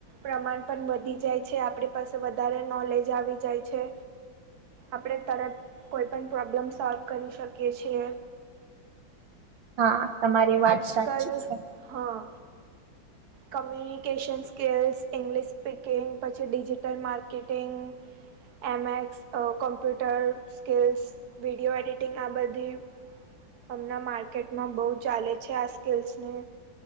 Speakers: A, on the right; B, on the right.
A: પ્રમાણ પણ વધી જાય છે આપણી પાસે વધારે નોલેજ આવી જાય છે આપણે તરત કોઈ પણ પ્રોબ્લેમ સોલ્વ કરી શકીએ છીએ
B: હા તમારી વાત
A: આજ
B: સાચી
A: કાલ
B: છે
A: હા કમ્યુનિકેશન સ્કિલ્સ ઇંગ્લિશ સ્પીકિંગ પછી digital marketing MX computer skills video editing આ બધી હમણાં માર્કેટમાં બહુ ચાલે છે આ સ્કિલ્સને